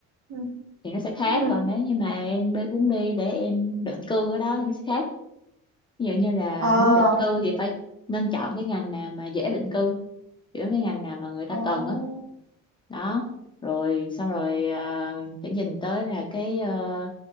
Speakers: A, on the right; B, on the left.
A: Ừ.
B: thì nó sẽ khác
A: Ừ.
B: còn nếu như mà em đi- muốn đi để em định cư ở đó thì nó sẽ khác ví dụ như là
A: à
B: muốn định cư thì phải nên chọn cái ngành nào mà dễ định cư kiểu cái ngành nào mà người ta
A: oh.
B: cần á đó rồi xong rồi à, phải nhìn tới là cái ờ,